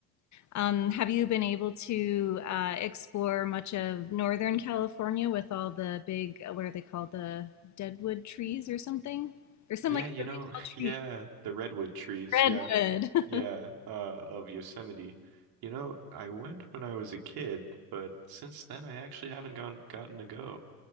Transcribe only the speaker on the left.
Um, have you been able to uh, explore much of Northern California with all the big, uh, what are they called, the deadwood trees or something? There's some
like
really
tall
trees,
redwood.
<laughs>